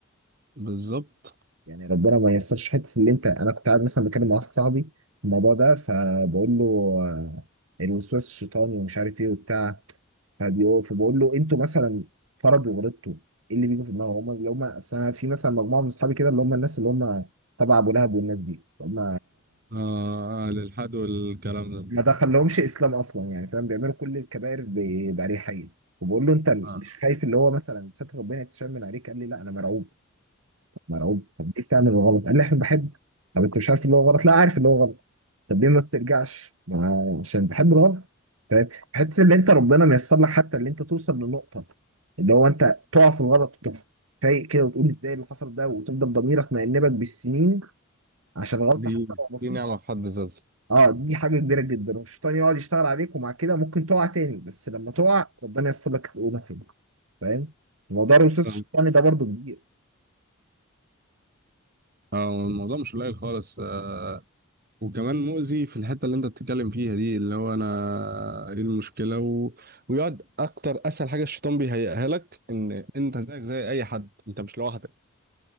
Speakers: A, on the right (about 45°); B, on the right (about 85°).
A: بالظبط
B: يعني ربنا ما ييسرش حته اللي انت انا كنت قاعد مثلا بتكلم مع واحد صاحبي في الموضوع ده فبقول له آه، الوسواس الشيطاني ومش عارف ايه وبتاع فبيقول فبقول له انتوا مثلا فرض وغلطتوا ايه اللي بيجي في دماغهم هم اللي هم اصل انا في مثلا مجموعه من اصحابي كده اللي هم الناس اللي هم تبع ابو لهب والناس دي هم
A: آه آه، للحد والكلام ده
B: ما دخلهمش اسلام اصلا يعني فاهم بيعملوا كل الكبائر ب- باريحيه وبقول له انت مش
A: آه
B: خايف اللي هو مثلا ستر ربنا يتشمل عليك قال لي لا انا مرعوب مرعوب طب ليه بتعمل الغلط قال لي عشان بحب طب انت مش عارف اللي هو غلط لا عارف اللي هو غلط طب ليه ما بترجعش ما عشان بحب الغلط فاهم حته اللي انت ربنا ميسر لك حتى اللي انت توصل لنقطه اللي هو انت تقع في الغلط وتروح فايق كده وتقول ازاي اللي حصل ده وتفضل ضميرك مأنبك بالسنين عشان غلطه
A: دي
B: حتى لو بسيطه
A: دي نعمة في حد ذاتها
B: اه دي حاجه كبيره جدا والشيطان يقعد يشتغل عليك ومع كده ممكن تقع تاني بس لما تقع ربنا ييسر لك تقوم تاني فاهم موضوع الوسواس الشيطاني
A: آه
B: ده برضو كبير
A: آه، الموضوع مش قليل خالص آه وكمان مؤذي في الحتة اللي انت بتتكلم فيها دي اللي هو انا ايه المشكلة و... ويقعد اكتر اسهل حاجة الشيطان بيهيئها لك ان انت زيك زي اي حد انت مش لوحدك